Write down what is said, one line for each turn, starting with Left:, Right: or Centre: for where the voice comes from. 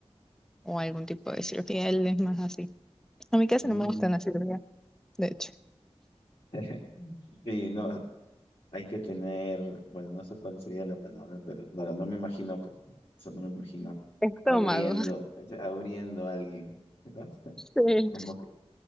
Centre: o algún tipo de cirugía, él es más así. A mí casi
Left: mm.
Centre: no me gustan las cirugías, de hecho.
Left: <laughs> Sí, no, Hay que tener, bueno, no sé cuál sería la palabra, pero claro, no me imagino, po- eso no me imagino
Centre: Estómago,
Left: abriendo, abriendo a alguien, ¿verdad? <laughs>
Centre: <laughs> sí.
Left: Como que